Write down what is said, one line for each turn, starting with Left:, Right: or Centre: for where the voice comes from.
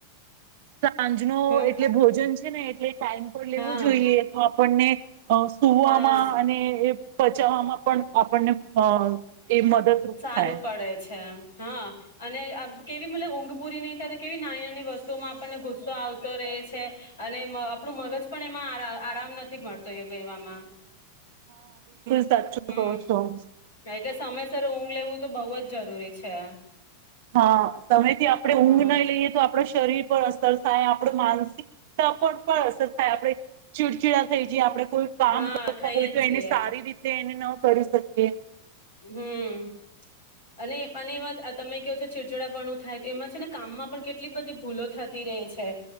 Right: સાંજ નો
Left: હમ
Right: એટલે ભોજન છે ને એટલે ટાઈમ પર લેવુંો
Left: હા
Right: જોઈએ તો આપણને અ સુવામાં
Left: હા
Right: અને એ પચાવવામાં પણ આપણને અ એ મદદરૂપ
Left: સારું
Right: થાય
Left: પડે છે એમ હા અને કેવી મતબ ઊંઘ પૂરી નહી થાય તો કેવી નાની નાની વસ્તુમાં આપણને ગુસ્સો આવતો રહે છે અને આપણું મગજ પણ એમાં આરામ નથી મળતો એ એવામાં
Right: તચુંકો
Left: હમ
Right: છો <unintelligible>
Left: એટલે સમયસર ઊંઘ લેવું તો બહુ જ જરૂરી છે
Right: હા સમયથી આપણે
Left: હ
Right: ઊંઘ નઈ લઈએ તો આપડો શ શરીર પર અસર થાય, આપણું માનસિકતા પણ પણ અસર થાય, આપણે ચીડચીડા થઈ જઈએ આપડે. કોઈ કામ
Left: હા
Right: કરતા
Left: થઈ
Right: હોય
Left: જ
Right: તો
Left: જઈએ
Right: એને સારી રીતે એને ન કરી શકીએ.
Left: હમ્મ, અને-અને એમાં તમે કહ્યો છો ચિચિડાપણું થાય તો એમાં છે ને કામમાં પણ કેટલીક બધી ભૂલો થતી રહે છે,